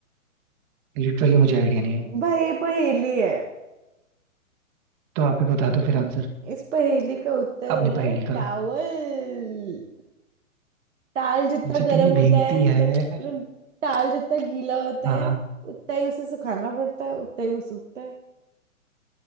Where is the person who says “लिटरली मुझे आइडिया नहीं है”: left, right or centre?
Right